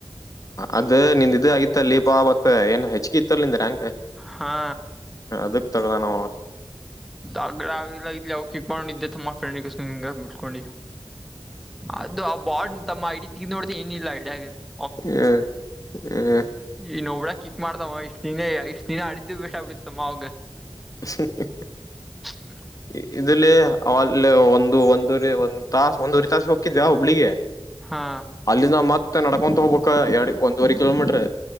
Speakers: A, on the left; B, in the centre.
A: ಅದು ನಿಂದ ಇದು ಆಗಿತ್ತ ಲೀಬಾ ಮತ್ತ ಏನ್ ಹೆಚ್ಗಿತ್ತಲ್ಲ ನಿಂದ ರಂ
B: ಹಾ
A: ಅದಕ್ ತಗದಲನಾವ
B: ಆ್ರ ಆಲ್ಲ ಇ ಿ ನಿಿದ್ದೆ ತಮ್ಮಫ್ರೆಂಡ ಕೃಷ <unintelligible> ೊಂಡಿ ಅದು ಆ ಬಾಡ್ ತಮ್ಮ ಐಡಿ ತಗ ನೋಡ್ತ ಏನಿಲ್ಲ ಐಡಿಯಗಂತ <unintelligible>
A: ಹ್ಮ ಹ್ಮ
B: ಈ ನೊಬಳ ಕಿಕ್ ಮಾಡ್ತಮ್ಮ ಇಷ್ಟ ದಿನ ಇಷ್ಟ್ ದಿನ ಆಡಿದ್ದು ಬೆಸ್ ಆಗ್ಬಿಡತಮ್ಮ ಅವಗ
A: <inaudible>
B: ಹ್ಮ
A: ಇದಲ್ಲಿ ಅಲ್ಲಿ ಒಂದು ಒಂದರಿ ಒಂದ್ ತಾಸ ಒಂದೂರಿ ತಾಸ ಹೋಗಿದ್್ಯಾ ಹುಬ್ಳಿಗೆ
B: ಹಾ
A: ಅಲ್ಲಿಂದ ಮತ್ತೆ ನಡ್ಕೊಂತ ಹೋಗ್ಬೇಕ ಎರಡ್ ಒಂದೂವರೆ ಕಿಲೋಮೀಟ್ರ.